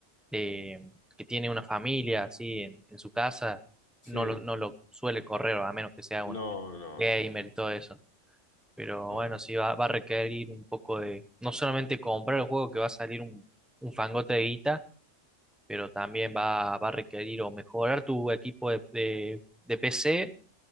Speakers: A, in the centre; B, on the left.
A: eh, que tiene una familia así en, en su casa,
B: Sí.
A: no lo, no lo suele correr, a menos que sea un
B: No, no,
A: gamer
B: no,
A: y todo eso. Pero
B: no.
A: bueno,
B: no.
A: sí va, va a requerir un poco de, no solamente comprar el juego que va a salir un, un fangote de guita, pero también va, va a requerir o mejorar tu equipo de de- de PC